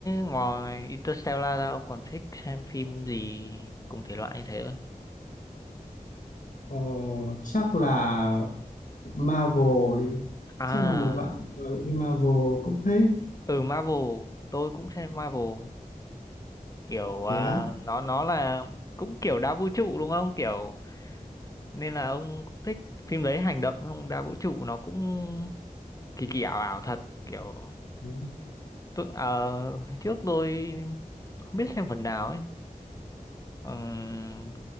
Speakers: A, on the left (about 25°); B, on the left (about 65°).
A: ngoài Interstellar ra ông còn thích xem phim gì cùng thể loại như thế không?
B: ờ, chắc là Marvel đi
A: À,
B: chắc là một bạn gọi phim Marvel cũng thích
A: ừ Marvel, tôi cũng xem Marvel kiểu
B: thế
A: à,
B: á
A: nó nó là cũng kiểu đa vũ trụ đúng không? Kiểu nên là ông thích phim đấy hành động không? Đa vũ trụ nó cũng kỳ kỳ ảo ảo thật kiểu
B: ừ.
A: Tôi, à, hồi trước tôi không biết xem phần nào ấy. Ừm,